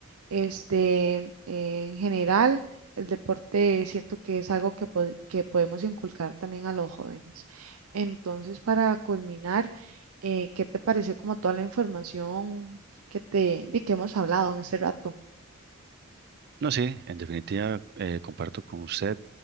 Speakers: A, on the right; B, on the right.
A: Este, en general, el deporte siento que es algo que, pod- que podemos inculcar también a los jóvenes. Entonces, para culminar, eh, ¿qué te pareció como toda la información que te di que hemos hablado en este rato?
B: No, sí, en definitiva eh, comparto con usted